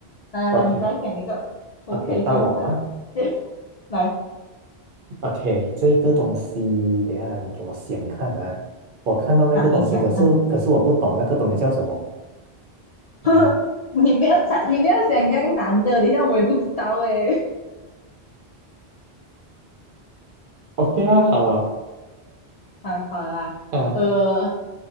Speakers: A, on the left (about 55°); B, on the right (about 60°).
A: 来来来，
B: OK
A: 你再讲一个，我不可以这样子啊。
B: OK，到我啊
A: <laughs> 来
B: ，OK，这个东西，等一下你给我想看啊，我看到那个东西，
A: 啊，你想看？
B: 可是可是我不懂那个东西叫什么，
A: <laughs>
B: 嗯
A: 你不要想，你不要想这样难的，等一下我也不知道诶。
B: ，OK 啦，好了，
A: <laughs> 好，好了啦，
B: 啊，
A: 呃，